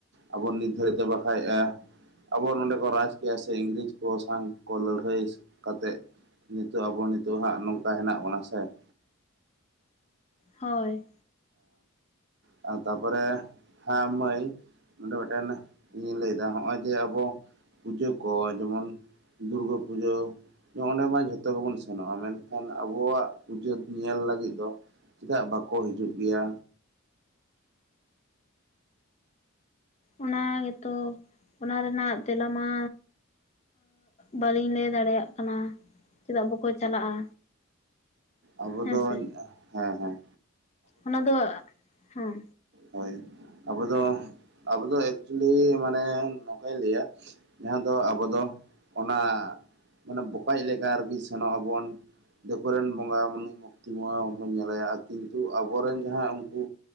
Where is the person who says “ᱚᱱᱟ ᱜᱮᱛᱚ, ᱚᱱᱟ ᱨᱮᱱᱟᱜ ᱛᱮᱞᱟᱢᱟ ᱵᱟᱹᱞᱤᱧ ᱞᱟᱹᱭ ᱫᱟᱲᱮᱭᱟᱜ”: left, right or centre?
Left